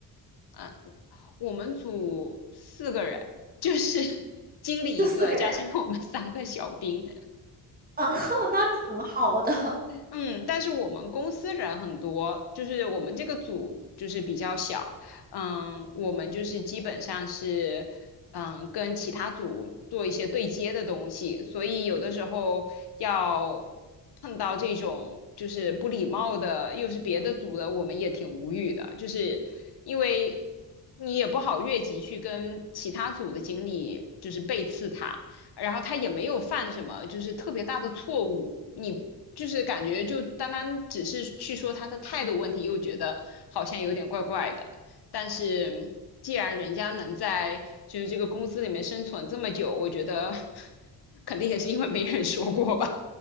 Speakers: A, on the left (about 70°); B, on the right (about 20°).
A: 嗯，我们组四个人，就是 <laughs> 经理一个，
B: 就四个人，
A: 加上我们三个小兵，
B: <laughs> 啊，那挺好的，
A: 嗯，但是我们公司人很多，就是我们这个组就是比较小，嗯，我们就是基本上是，嗯，跟其他组做一些对接的东西，所以有的时候要碰到这种就是不礼貌的，又是别的组的，我们也挺无语的，就是因为你也不好越级去跟其他组的经理就是背刺他。然后他也没有犯什么就是特别大的错误，你就是感觉就单单只是去说他的态度问题，又觉得好像有点怪怪的。但是既然人家能在就是这个公司里面生存这么久，我觉得 <laughs> 肯定也是因为没人说过吧。